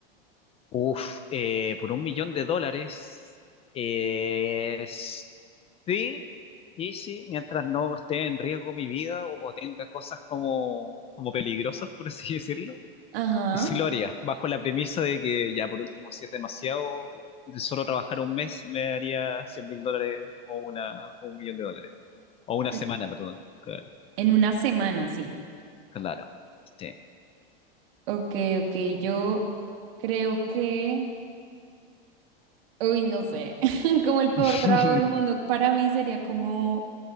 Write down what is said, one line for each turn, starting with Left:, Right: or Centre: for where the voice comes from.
Left: Uf, eh, por un millón de dólares. eh, sí, sí, sí, mientras no esté en riesgo mi vida o, o tenga cosas como, como peligrosas, por así <laughs> decirlo.
Right: Ajá.
Left: Y sí lo haría, bajo la premisa de que ya por último, si es demasiado, de solo trabajar un mes me daría cien mil dólares o, una, o un millón de dólares. O una
Right: Mm,
Left: semana, perdón. Claro,
Right: En una semana, sí.
Left: claro, sí.
Right: Ok, ok, yo creo que... Uy, no sé, <laughs> como el peor
Left: <laughs>
Right: trago del mundo, para mí sería como,